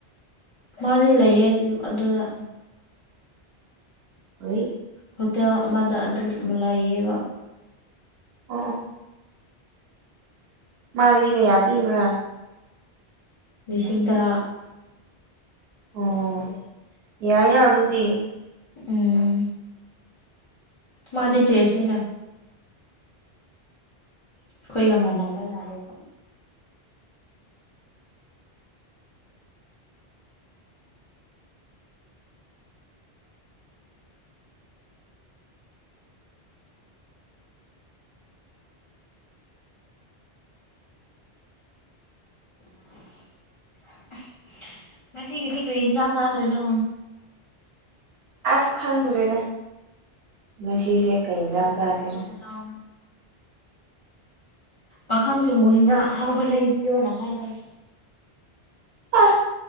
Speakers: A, on the left; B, on the right.
A: ꯃꯥꯗꯤ ꯂꯩꯌꯦ ꯑꯗꯨꯗ
B: ꯍꯣꯏ
A: ꯍꯣꯇꯦꯜ ꯑꯃꯗ ꯑꯗꯨꯝ ꯂꯩꯥꯏꯌꯦꯕ
B: ꯑꯣ ꯃꯥꯒꯤꯗꯤ ꯀꯌꯥ ꯄꯤꯕ꯭ꯔꯥ
A: ꯂꯤꯁꯤꯡ ꯇꯔꯥ
B: ꯑꯣ ꯌꯥꯏꯅ ꯑꯗꯨꯗꯤ
A: ꯎꯝ ꯃꯥꯗꯤ ꯆꯁꯅꯤꯅ ꯑꯩꯈꯣꯏꯒ ꯃꯥꯟꯅꯕ ꯌꯥꯔꯦꯕ <unintelligible> ꯉꯁꯤꯒꯤꯗꯤ ꯀꯔꯤ ꯍꯟꯁꯥꯡ ꯆꯥꯗꯣꯏꯅꯣ
B: ꯑꯁ ꯈꯪꯗ꯭ꯔꯦꯗ ꯉꯁꯤꯁꯦ ꯀꯩ ꯌꯥ ꯆꯁꯦ
A: ꯂꯥꯎꯅ ꯄꯥꯈꯪꯁꯤꯡꯕꯨꯨ ꯍꯤꯟꯖꯥꯡ ꯍꯥꯎꯕ ꯂꯩꯕꯤꯌꯣꯅ ꯍꯥꯏꯔꯅꯦ
B: ꯑ